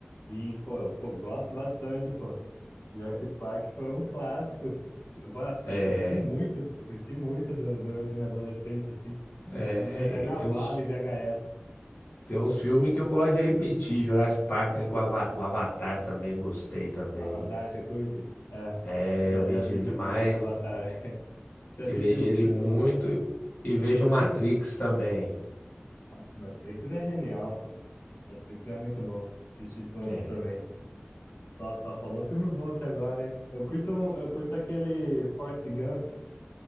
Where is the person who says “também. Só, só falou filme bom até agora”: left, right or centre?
Left